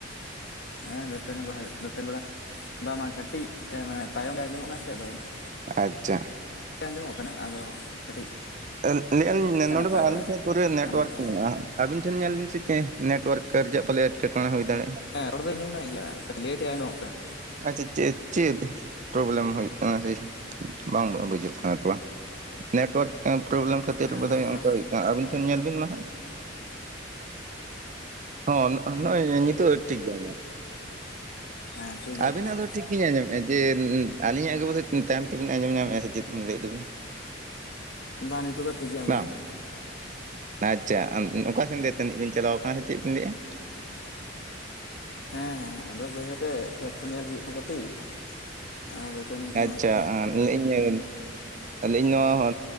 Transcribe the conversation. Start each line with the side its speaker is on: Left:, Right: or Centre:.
Left: ᱦᱮᱸ ᱫᱟᱹᱛᱟᱹᱱᱤ ᱵᱟᱲᱟᱭ ᱦᱳ ᱫᱟᱹᱛᱟᱹ ᱵᱟᱲᱟ ᱵᱟᱝ ᱵᱟᱝ ᱠᱟᱹᱴᱤᱡ ᱢᱟᱱᱮ ᱛᱟᱭᱚᱢ ᱨᱮ ᱟᱸᱡᱚᱢᱚᱜ ᱠᱟᱱᱟ ᱥᱮ ᱟᱫᱚ ᱚᱱᱛᱮ
Right: ᱟᱪᱪᱷᱟ
Left: ᱟᱸᱡᱚᱢᱚᱜ ᱠᱟᱱᱟ ᱟᱫᱚ ᱠᱟᱹᱴᱤᱡ
Right: ᱟᱹᱞ ᱞᱤᱧ ᱱᱚᱰᱮ
Left: ᱱᱟᱯᱟᱭ
Right: ᱢᱟ ᱟᱹᱞᱤᱧ
Left: ᱵᱟᱲᱟ
Right: ᱴᱷᱮᱱ
Left: ᱜᱮ
Right: ᱯᱩᱨᱟ ᱱᱮᱴᱳᱣᱟᱨᱠ
Left: ᱟᱢᱜᱮ ᱚᱠᱟᱞᱮᱠᱟ?
Right: ᱢᱮᱱᱟᱜ-ᱟ ᱟᱵᱤᱱ ᱴᱷᱮᱱ ᱧᱮᱞ ᱵᱤᱱ ᱥᱮ ᱪᱮᱫ ᱱᱮᱴᱣᱟᱨᱠ ᱠᱟᱨᱡᱟᱜ ᱯᱟᱞᱮ ᱮᱴᱠᱮᱴᱬᱮ ᱦᱩᱭ ᱫᱟᱲᱭᱟᱜᱼᱟ
Left: ᱦᱮᱸ ᱨᱚᱲ ᱫᱚᱧ ᱟᱡᱟᱜ ᱧᱟᱢᱮᱫ ᱜᱮᱭᱟ ᱠᱟᱹᱴᱤᱡ ᱞᱮᱴᱧᱚᱜ ᱟᱡᱚᱢᱚᱜ ᱠᱟᱱᱟ
Right: ᱟᱪᱪᱷᱟ ᱪᱮᱫ ᱪᱮᱫ? ᱯᱨᱚᱵᱞᱮᱢ ᱦᱩᱭᱩᱜ ᱠᱟᱱᱟ ᱥᱮ ᱵᱟᱝ ᱵᱩᱡᱩᱜ ᱠᱟᱱᱟ ᱛᱟᱲᱟ ᱱᱮᱴᱳᱣᱟᱨᱠ ᱯᱨᱚᱵᱞᱮᱢ ᱠᱷᱟᱹᱛᱤᱨ
Left: ᱦᱮᱸ
Right: ᱵᱟᱫᱷᱟᱹᱭ
Left: ᱛᱷᱚᱲᱟᱢ
Right: ᱵᱚᱪᱷᱚᱨ ᱟᱝᱠᱟ ᱦᱩᱭᱩᱜ ᱠᱟᱱᱟ ᱟᱵᱤᱱ
Left: ᱦᱮᱸ
Right: ᱴᱷᱮᱱ ᱧᱮᱞ ᱵᱤᱱ ᱢᱟ ᱦᱟᱸᱜ ᱦᱚ ᱱᱚᱜᱼᱚᱭ ᱱᱤᱛᱚᱜ ᱴᱷᱤᱠ ᱜᱮ ᱟᱡᱚᱢᱚᱜ
Left: ᱦᱮᱸ ᱴᱷᱤᱠ ᱜᱮᱭᱟ
Right: ᱟᱵᱤᱱᱟᱜ
Left: ᱛᱟᱦᱚᱞᱮ
Right: ᱫᱚ ᱴᱷᱤᱠᱜᱤᱧ ᱟᱸᱡᱚᱢᱮᱫᱼᱟ ᱡᱮ ᱟᱹᱞᱤᱧᱟᱜ ᱜᱮ ᱵᱚᱫᱷᱚᱨ ᱛᱟᱭᱚᱢ ᱛᱮᱵᱮᱱ ᱟᱸᱡᱚᱢ ᱧᱟᱢᱮᱫᱼᱟ ᱥᱮ ᱪᱮᱫ ᱵᱤᱱ ᱞᱟᱹᱭᱮᱫ ᱫᱚ ᱵᱤᱱ
Left: ᱵᱟ ᱱᱤᱛᱚᱜ ᱫᱚ ᱴᱷᱤᱠ ᱜᱮ ᱟᱸᱡᱚᱢᱚᱜ
Right: ᱵᱟᱝ
Left: ᱠᱟᱱᱟ
Right: ᱟᱪᱪᱷᱟ ᱚᱠᱟ ᱥᱮᱱ ᱫᱟᱹᱛᱟᱹᱱᱤᱜ ᱵᱤᱱ ᱪᱟᱞᱟᱣ ᱟᱠᱟᱱᱟ ᱥᱮ ᱪᱮᱫ ᱵᱤᱱ ᱞᱟᱹᱭᱮᱜᱼᱟ?
Left: ᱦᱮᱸ ᱦᱮᱸ ᱟᱫᱚ ᱵᱟᱹᱭᱦᱟᱹᱲ ᱨᱮ ᱠᱷᱮᱛ ᱠᱚ ᱧᱮᱞ ᱦᱩᱭᱩᱜ ᱠᱟᱱᱟ ᱠᱟᱹᱴᱤᱡ ᱟᱨ ᱫᱟᱹᱛᱟᱹᱱᱤ ᱠᱚᱦᱚᱸ
Right: ᱟᱪᱪᱷᱟ
Left: ᱦᱩᱭᱩᱜ ᱠᱟᱱᱟ
Right: ᱞᱟᱭᱮᱫ ᱤᱧ ᱞᱮᱭᱤᱜ ᱤᱧ ᱱᱚᱣᱟ